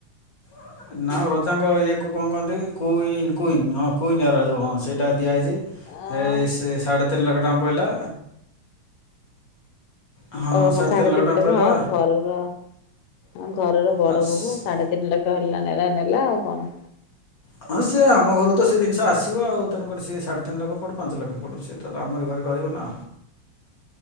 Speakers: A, on the left (about 55°); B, on the left (about 85°).
A: <inaudible> ନା ରଜାଙ୍କ ଇଏକୁ କଣ କହନ୍ତି କୁଇନ୍ କୁଇନ୍, ହଁ କୁଇନ୍ ହାର ଯୋଉ ହଁ ସେଇଟା ଦିଆହେଇଛି।
B: ଅ
A: ଏ ସେ ସାଢ଼େ ତିନି ଲକ୍ଷ ଟଙ୍କା ପଇଲା। ହଁ
B: ଓହୋ!
A: ସାଢ଼େ
B: ସାଢେ ତିନି
A: ଟଙ୍କା
B: ଲକ୍ଷ
A: ପଇଲା
B: ହଁ ଘରର ହଁ ଘରର ବଡ
A: ହଁ ସ-
B: ବୋହୂ ସାଢେ ତିନି ଲକ୍ ତ ହେଲା ନେ ଏ ନେଲା ଆଉ କଣ?
A: ହଁ ସେ ଆମ ଘରୁ ତ ସେ ଜିନିଷ ଆସିବ ଆଉ, ତେଣୁକରି ସିଏ ସାଢ଼େ ତିନି ଲକ୍ଷ ପଡୁ ପାଞ୍ଚ ଲକ୍ଷ ପଡୁ ସେ ଟା ତ ଆମରି ଘରେ ରହିବ ନା।